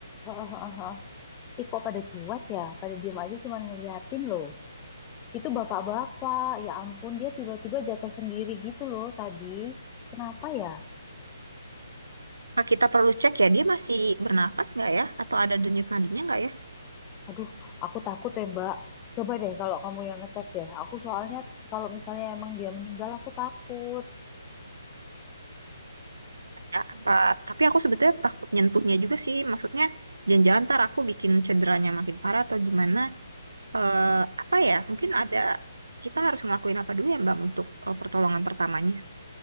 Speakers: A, on the left; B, on the right.
A: Eh, eh, eh, eh. eh. Ih, kok pada cuek ya? Pada diem aja cuman ngeliatin loh. Itu bapak-bapak, ya ampun dia tiba-tiba jatuh sendiri gitu loh tadi. Kenapa ya?
B: Apa Kita perlu cek ya, dia masih bernapas nggak ya? Atau ada denyut nadinya nggak ya?
A: Aduh, aku takut ya, Mbak. Coba deh kalau kamu yang ngecek deh. Aku soalnya kalau misalnya emang dia meninggal, aku takut.
B: Ya, apa? Tapi aku sebetulnya takut nyentuhnya juga sih. Maksudnya, jangan-jangan ntar aku bikin cederanya makin parah atau gimana? Eh, apa ya? Mungkin ada kita harus ngelakuin apa dulu ya Mbak untuk eh, pertolongan pertamanya?